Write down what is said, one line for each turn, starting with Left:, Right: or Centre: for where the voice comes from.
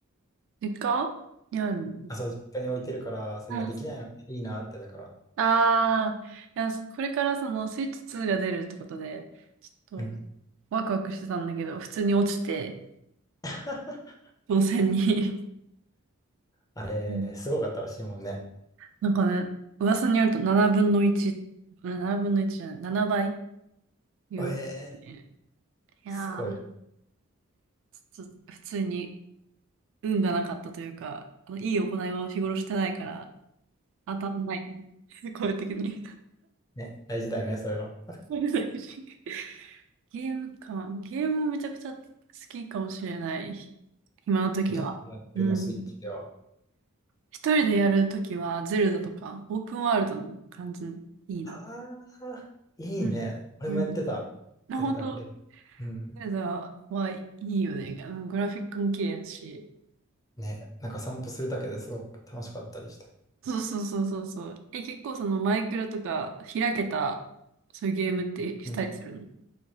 Right: 実家にあるの。
Left: あ、そう、実家に置いてるから、そう今できないのでいいなって、
Right: あ
Left: だから。
Right: ああ、いや、これからそのスイッチ2が出るってことで、ちょっと
Left: うん。
Right: ワクワクしてたんだけど、普通に落ちて、
Left: <laughs>
Right: 当選に。
Left: あれ、
Right: うん
Left: すごかったらしいもんね。
Right: なんかね、噂によると7分の1、うん7分の1じゃない、7倍いいう。
Left: ええ
Right: ねいやー、
Left: すごい。
Right: ちょっと普通に運がなかったというか、あのいい行いを日頃してないから、当たんない。<laughs> 声的に。
Left: ね、大事だよね、そういうの。
Right: これ大事ゲームか。ゲームもめちゃくちゃ好きかもしれない。暇の時は。
Left: え、どうやってるの、
Right: うん。
Left: スイッチでは。
Right: 一人でやるときは、ゼルダとか、オープンワールドの感じ、いいな。
Left: ああ、いいね。
Right: うん。
Left: 俺もやってた。
Right: うんな本当、
Left: デル WM。うん。
Right: ゼルダはいいよね。あのグラフィックも綺麗だし。
Left: ね、なんか散歩するだけですごく楽しかったりして。
Right: そうそうそうそうそう。え、結構そのマイクラとか開けた、そういうゲームってしたりするの
Left: うん。